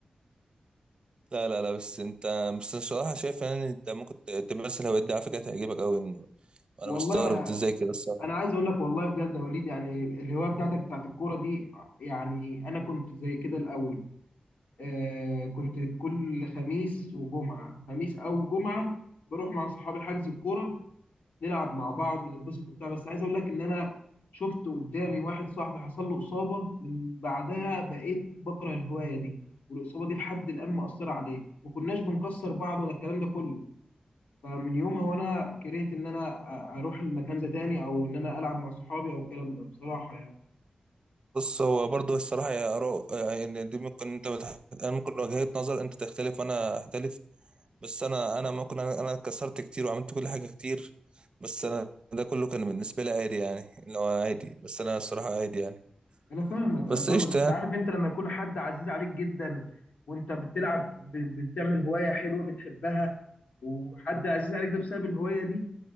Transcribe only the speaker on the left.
والله
أنا عايز أقول لك والله بجد يا وليد يعني الهواية بتاعتك بتاعت الكورة دي يعني أنا كنت زي كده الأول آه، كنت كل خميس وجمعة خميس أو جمعة بروح مع صحابي حجز الكورة نلعب مع بعض ونتبسط وبتاع بس عايز أقول لك إن أنا شفت قدامي واحد صاحبي حصل له إصابة من بعدها بقيت بكره الهواية دي والإصابة دي لحد الآن مأثرة عليه ما كناش بنكسر بعض ولا الكلام ده كله فمن يومها وأنا كرهت إن أنا أ- أروح المكان ده تاني أو إن أنا ألعب مع صحابي أو الكلام ده بصراحة يعني
انا فاهمك
انا فاهمك
بس
عارف انت لما يكون حد عزيز عليك جدا وانت بتلعب ب- بتعمل هوايه حلوه بتحبها وحد عزيز عليك ده بسبب الهوايه دي